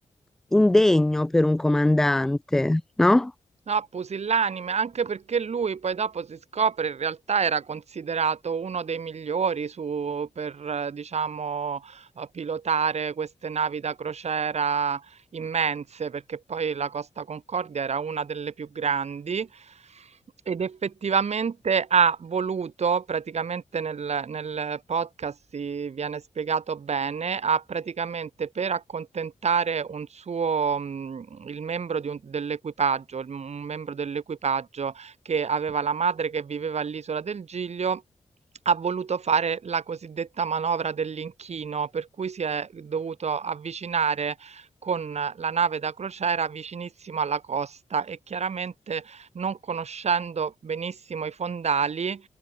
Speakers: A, in the centre; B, on the right.
A: indegno per un comandante, no?
B: Ah, pusillanime, anche perché lui poi dopo si scopre in realtà era considerato uno dei migliori su, per, eh, diciamo, eh, pilotare queste navi da crociera immense, perché poi la Costa Concordia era una delle più grandi ed effettivamente ha voluto, praticamente nel, nel podcast si viene spiegato bene, ha praticamente per accontentare un suo, mh, il membro di un- dell'equipaggio, il- un membro dell'equipaggio che aveva la madre che viveva all'isola del Giglio, ha voluto fare la cosiddetta manovra dell'inchino, per cui si è dovuto avvicinare con la nave da crociera vicinissimo alla costa e chiaramente non conoscendo benissimo i fondali